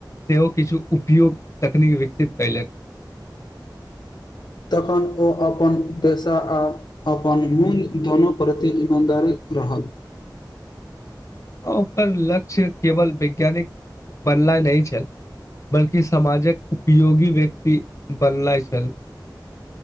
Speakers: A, on the left; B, on the left.
A: सेहो किछु उपयोग तकनीक विकसित कयलकऽ
B: तखन ओ अपन पेशा अपन मून दोनो प्रति ईमानदारी रहल।
A: ह ओकर लक्ष्य केवल वैज्ञानिक बनला नहि छल बल्कि समाज कऽ उपयोगी व्यक्ति बनल छल